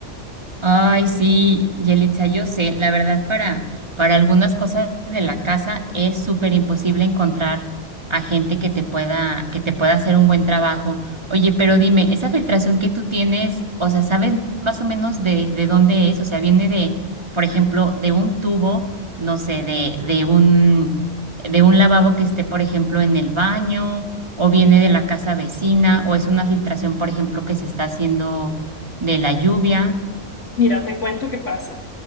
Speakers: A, on the right; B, on the left.
A: Ay, sí, Yelitza, yo sé, la verdad para, para algunas cosas de la casa es súper imposible encontrar a gente que te pueda, que te pueda hacer un buen trabajo. Oye, pero dime, esa filtración que tú tienes, o sea, ¿sabes más o menos de, de dónde es? O sea, viene de, por ejemplo, de un tubo, no sé, de, de un, de un lavabo que esté, por ejemplo, en el baño, o viene de la casa vecina, o es una filtración, por ejemplo, que se está haciendo de la lluvia.
B: Mira, te cuento qué pasa.